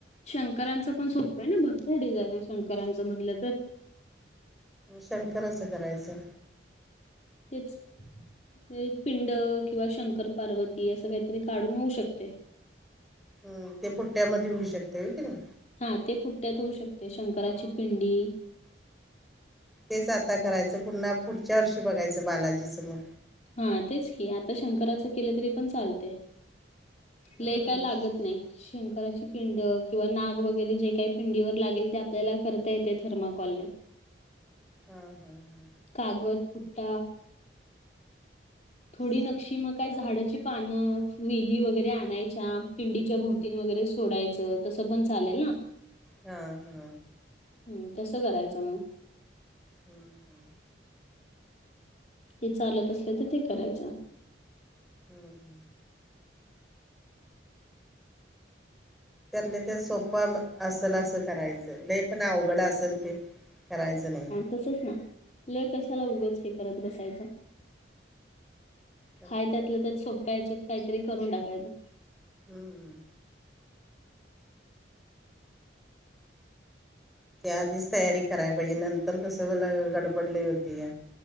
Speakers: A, on the left; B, in the centre.
A: शंकरांचं पण सोपं आहे ना, भरपूर डिझाईन आहे शंकरांचं म्हणलं तर.
B: शंकराचं करायचं.
A: तेच. हे पिंड किंवा शंकर पार्वती असं काहीतरी काढून होऊ शकते. <inaudible>
B: हम ते पुट्ट्यामध्ये होऊ शकते होय कणी.
A: हा ते पुट्ट्यात होऊ शकते शंकराची पिंडी.
B: तेच आता करायचं. पुन्हा पुढच्या वर्षी बघायचं बालाजीचं मग.
A: हा तेच की आता शंकराच केलं तरी पण चालते.
B: हम्म
A: लै काय लागत नाही. शंकराची पिंड किंवा नाग वगैरे जे काही पिंडीवर लागेल. ते आपल्याला करता येते थर्माकॉलने. <inaudible>
B: हा हा हा.
A: कागद पुट्टा. थोडी नक्षी मग काय झाडाची पानं वेली वगैरे आणायच्या. पिंडीच्या भोवतीन वगैरे सोडायचं. तसं पण चालेल ना.
B: हा हा.
A: ह तसं करायचं मग.
B: हम्म हं.
A: ते चालत असलं तर ते करायचं.
B: हां हां. त्यातल्या त्यात सोप्प असल असं करायचं. लय पण अवघड असेल ते करायचं नाही.
A: तसच ना, लय कशाला उगच हे करत बसायचं.
B: करतात
A: हा त्यातलं त्यात सोप्या याच्यात काहीतरी करून टाकायचं.
B: हम्म. त्या आधीच तयारी कराय पाहिजे, नंतर कसं होणार गडबड लय होत्या.